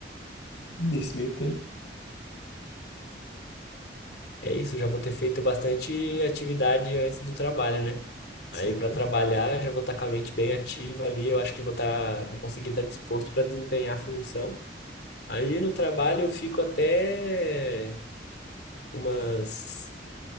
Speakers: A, on the left; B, on the left.
A: nesse meio tempo.
B: É isso, já vou ter feito bastante atividade antes do trabalho, né?
A: Sim,
B: Aí para trabalhar, já vou estar com a mente bem ativa ali. Eu acho que vou estar, vou conseguir estar disposto para desempenhar a função. Aí no trabalho eu fico até umas.